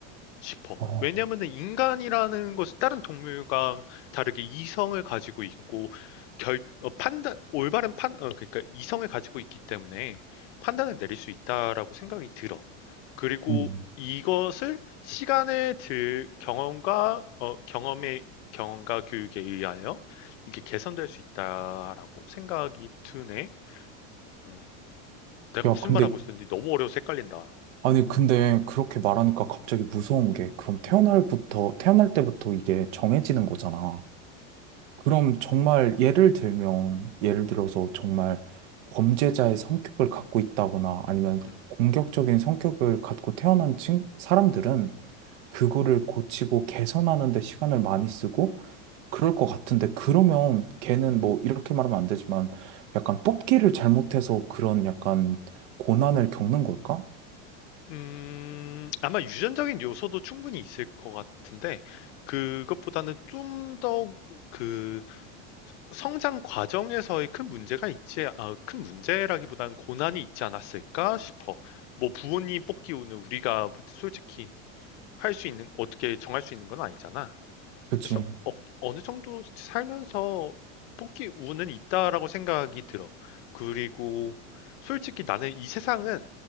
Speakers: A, on the left; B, on the right.
A: 싶어.
B: 어,
A: 왜냐면은 인간이라는 것은 다른 동물과 다르게 이성을 가지고 있고 결 어, 판단 올바른 판 어, 그러니까 이성을 가지고 있기 때문에 판단을 내릴 수 있다라고 생각이 들어. 그리고
B: 음.
A: 이것을 시간의 들 경험과 어, 경험의 경험과 교육에 의하여 이게 개선될 수 있다라고 생각이 드네. 음. 내가
B: 야,
A: 무슨
B: 근데,
A: 말하고 있었는지 너무 어려워서 헷갈린다.
B: 아니, 근데 그렇게 말하니까 갑자기 무서운 게, 그럼 태어날부터,
A: 음,
B: 태어날 때부터 이게 정해지는 거잖아. 그럼 정말
A: 음,
B: 예를 들면, 예를 들어서 정말 범죄자의 성격을 갖고 있다거나 아니면
A: 음.
B: 공격적인 성격을 갖고 태어난 친, 사람들은 그거를 고치고 개선하는 데 시간을 많이 쓰고 그럴 것 같은데, 그러면 걔는 뭐 이렇게 말하면 안 되지만 약간 뽑기를 잘못해서 그런 약간 고난을 겪는 걸까?
A: 음, 아마 유전적인 요소도 충분히 있을 것 같은데, 그것보다는 좀 더 그 성장 과정에서의 큰 문제가 있지, 아, 큰 문제라기보다는 고난이 있지 않았을까 싶어. 뭐 부모님 뽑기는 우리가 솔직히 할 수 있는, 어떻게 정할 수 있는 건 아니잖아.
B: 그치.
A: 그래서 어, 느 정도 살면서 포기 우는 있다라고 생각이 들어. 그리고 솔직히 나는 이 세상은